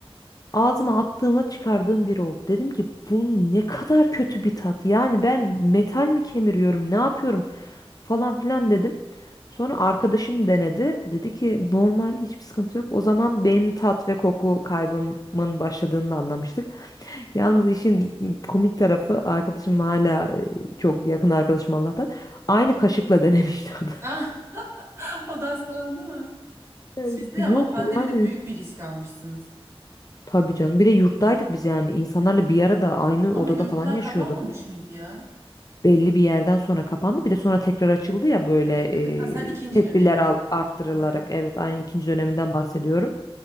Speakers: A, on the left; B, on the right.
A: Ağzıma attığımda çıkardığım bir oldu. Dedim ki bu ne kadar kötü bir tat. Yani ben metal mi kemiriyorum, ne yapıyorum falan filan dedim. Sonra arkadaşım denedi. Dedi ki normal hiçbir sıkıntı yok. O zaman benim tat ve koku kaybımın başladığını da anlamıştık. Yalnız işin komik tarafı arkadaşım hala e, çok yakın arkadaşım Allah'tan. Aynı kaşıkla <laughs> denemişti o da.
B: Ah. <laughs> O da hastalandı mı?
A: E,
B: Siz de
A: Yok
B: ama pandemide
A: yani
B: büyük bir risk almışsınız.
A: tabii canım. Bir de yurttaydık biz yani. insanlarla bir arada aynı
B: Ama
A: odada
B: yurtlar
A: falan yaşıyorduk.
B: kapanmamış mıydı ya?
A: belli bir yerden sonra kapandı. Bir de sonra tekrar açıldı ya böyle
B: Evet evet. Ha, sen ikinci
A: e, tedbirler
B: dönemi.
A: al- arttırılarak.
B: Ha,
A: Evet aynı ikinci döneminden bahsediyorum.